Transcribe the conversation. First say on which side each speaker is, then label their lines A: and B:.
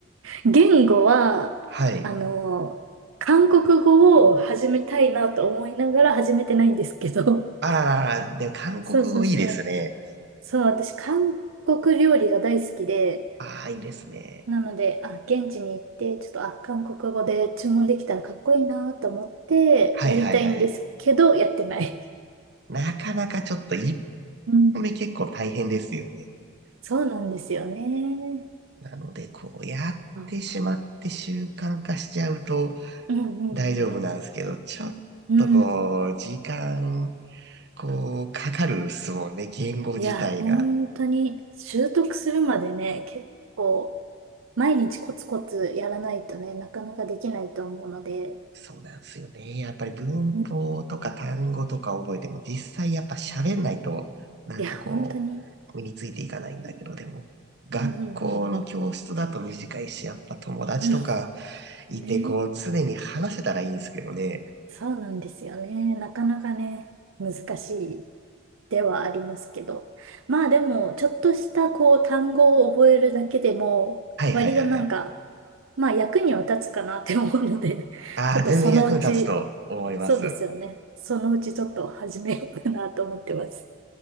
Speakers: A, on the right; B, on the right.
A: う。<laughs> 言語は、
B: はい。
A: あの、韓国語を始めたいなと思いながら始めてないんですけど。
B: あららら、でも韓国語いいですね。
A: <laughs> そうそうそう。そう、私、韓国料理が大好きで、
B: ああ、いいですね。
A: なので、あ、現地に行って、ちょっと、あ、韓国語で注文できたらかっこいいなと思って、
B: はいはいはいはい。
A: やりたいんですけど、やってない。
B: なかなかちょっと一
A: <laughs> うん。
B: 歩目結構大変ですよね。
A: <laughs> そうなんですよね。
B: なので、こうやってしまって習慣化しちゃうと
A: あ、うんうんうん。
B: 大丈夫なんですけど、ちょっとこう、
A: うん。
B: 時間、こう、かかるっすもんね、言語自体が。
A: いや、本当に、習得するまでね、結構、毎日コツコツやらないとね、なかなかできないと思うので、
B: そうなんですよね。やっぱり文法とか単語とか覚えても、
A: うん
B: 実際やっぱ喋んないと、なんかこう、
A: いや、本当に、
B: 身についていかないんだけど、でも、学校の教室だと短いし、
A: うんうんうんうん。
B: やっぱ友達とか、
A: うん
B: いて、
A: ね、
B: こう、常に話せたらいいんですけどね。
A: そうなんですよね。なかなかね、難しいではありますけど。まあでも、ちょっとしたこう単語を覚えるだけでも、
B: はいはいはいはい。
A: 割となんか、まあ役には立つかなって思うので、
B: ああ、
A: ちょっとそのうち、
B: 全然役に立つと思います。
A: そうですよね。そのうちちょっと始めようかなと思ってます。